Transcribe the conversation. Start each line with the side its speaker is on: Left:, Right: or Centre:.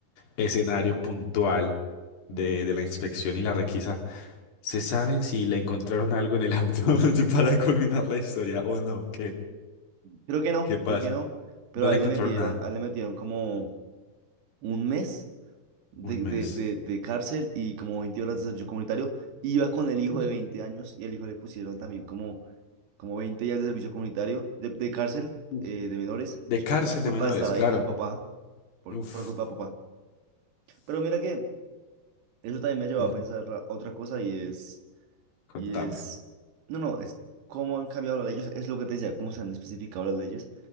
Left: escenario puntual de, de la inspección y la requisa, ¿se saben si le encontraron algo en el auto <laughs> para culminar la historia o no?
Right: Creo que no,
Left: ¿Qué pasa?
Right: creo que no, pero
Left: No
Right: a
Left: le
Right: él
Left: encontraron
Right: le metieron,
Left: nada.
Right: a él le metieron como un mes de,
Left: Un mes.
Right: de, de, de cárcel y como 20 horas de servicio comunitario. Iba con el hijo
Left: Uf,
Right: de 20 años y el hijo le pusieron también como, como 20 días de servicio comunitario de, de cárcel
Left: uf.
Right: eh, de menores,
Left: De
Right: solo
Left: cárcel
Right: por la culpa
Left: de menores,
Right: de estar ahí
Left: claro.
Right: con el papá, por,
Left: Uf.
Right: por la culpa de papá. Pero mira que eso también me llevó
Left: Mm,
Right: a pensar ra- otra cosa y es...
Left: Contame.
Right: Y es, no, no, es cómo han cambiado las leyes, es lo que te decía, cómo se han especificado las leyes,